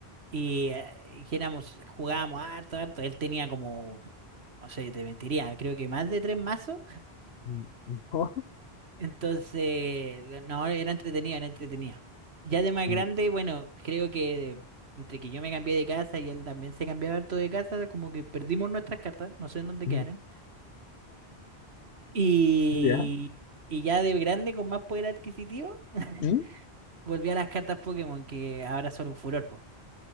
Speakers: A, on the right; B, on the left.
A: Y, eh, y que éramos, jugábamos harto, harto. Él tenía como, no sé, te mentiría, creo que más de tres mazos.
B: Mm, No. <laughs>
A: Entonces, no, era entretenido, era entretenido. Ya de más
B: Mm,
A: grande, bueno, creo que entre que yo me cambié de casa y él también se cambiaba harto de casa, como que perdimos nuestras cartas, no sé en dónde
B: mm,
A: quedaron. Y,
B: ¿Ya?
A: y ya de grande, con más poder adquisitivo, <laughs>
B: ¿Mm?
A: volví a las cartas Pokémon, que ahora son un furor, po.